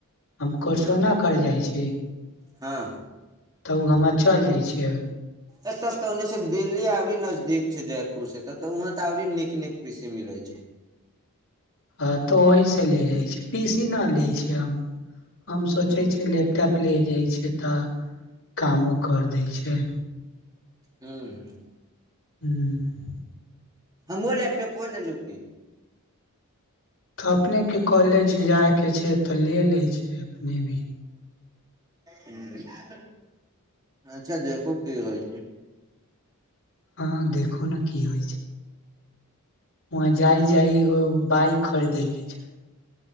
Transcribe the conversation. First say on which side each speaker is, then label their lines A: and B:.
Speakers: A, on the left (about 60°); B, on the right (about 15°).
A: हम क्वेश्चनो
B: ह
A: कर जाइ छी त
B: हँ
A: ओ हमर चल जाइ छियै
B: ए तऽ ओहि सँ। दिल्ली औरी नजदीक छै जयपुर से त त वहां त औरी नीक नीक पीसी मिलै छै
A: हां त वहीं से ले जाय छै पीसी न लै छी हम हम सोचे
B: ह
A: छी लैपटॉप ले जाइ छै तऽ कामो कर दै छै
B: हू हूँ
A: हूँ
B: हमहु लैपटॉपो लेलहु की
A: अपनेके कॉलेज जाइके छै तऽ ले लै छै अपने भी
B: हं अच्छा देखू की होइ छै
A: हँ देखू ने की होइ छै वहां जाइ जाइ एगो बाइक खरीदे के छै